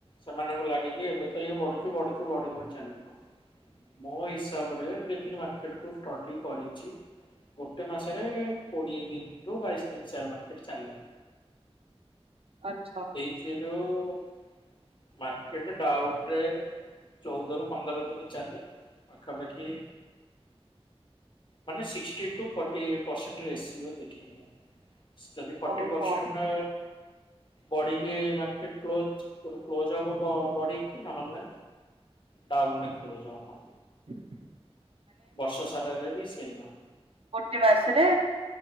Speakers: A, on the left; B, on the right.
A: ସେମାନଙ୍କୁ ଲାଗେ କି ଏବେ ତ ଇଏ ବଢୁଚି ବଢୁଚୁ ବଢି ବଢି ଚାଲିବ। ମୋ ହିସାବରେ ଯେତିକି ମାର୍କେଟ କୁ ଷ୍ଟଡି କରିଛି। ଗୋଟେ ମାସରେ କୋଡିଏ ଦିନରୁୁ ବାଇଶ ଦିନ ସେୟାର ମାର୍କେଟ ଚାଲେ।
B: ଅଛ।
A: ସେ ଯୋର ମାର୍କେଟ ଡାଉନ ରେ ଚଉଦ ର ପନ୍ଦର ଦିନ ଚାଲେ। ପାଖାପଖି ମାନେ ସିକ୍ଟି ଫଟି ପରସେଣ୍ଟ ରେସିପିର ଦେଖେଇବେ। ଯଦି ଫର୍ଟି
B: ଓହୋ
A: ପରସେଣ୍ଟ ବଢିକି ମାର୍କେଟ୍ କ୍ଲୋଜ୍ କ୍ଲୋଜ ହବ ବଢିକି ନହେଲେ ଡାଉନରେ କ୍ଲୋଜ୍‌ ହଵ।
B: ହୁଁ <unintelligible>
A: ବର୍ଷ ସାରାରେ ବି ସେଇଆ।
B: ଗୋଟେ ମାସରେ